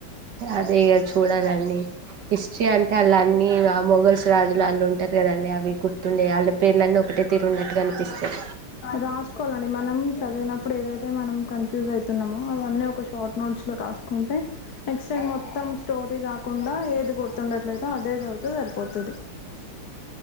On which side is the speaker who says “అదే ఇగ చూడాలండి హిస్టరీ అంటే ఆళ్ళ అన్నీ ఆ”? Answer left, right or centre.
Right